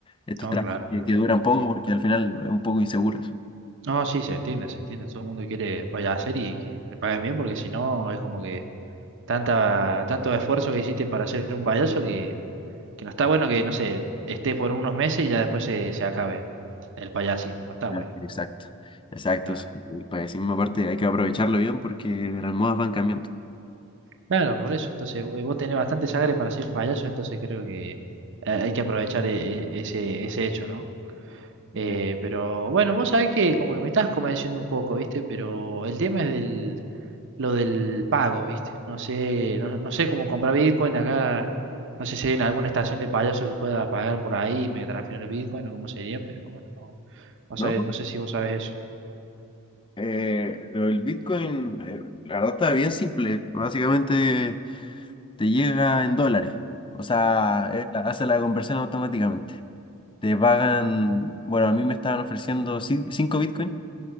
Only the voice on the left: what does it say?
estos
trabajos
que,
que duran poco,
porque al final es un poco inseguro eso.
Ah, Exacto, exacto.
sí. El payacismo aparte hay que aprovecharlo bien porque las modas van cambiando.
Sí.
¿No?
Eh, lo del Bitcoin, eh, la verdad está bien simple. Básicamente te llega en dólares. O sea, él hace la conversión automáticamente. Te pagan, bueno, a mí me estaban ofreciendo 5 Bitcoin,